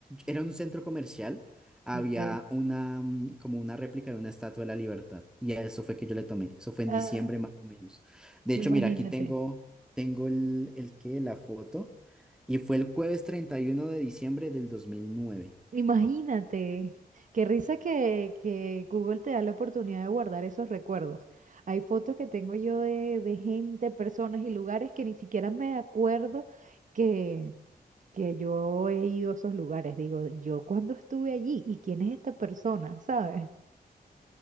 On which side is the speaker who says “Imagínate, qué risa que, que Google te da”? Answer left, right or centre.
Right